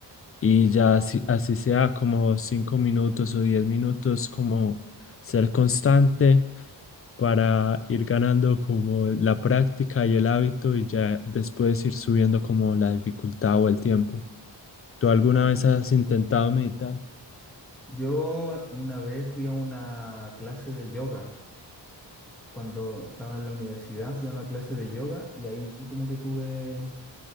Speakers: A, on the left (about 30°); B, in the centre.
A: y ya así, así sea como cinco minutos o diez minutos, como ser constante para ir ganando como la práctica y el hábito y ya después ir subiendo como la dificultad o el tiempo. ¿Tú alguna
B: Mm,
A: vez
B: sí.
A: has intentado meditar?
B: Yo una vez fui a una clase de yoga. Cuando estaba en la universidad fui a una clase de yoga y ahí como que tuve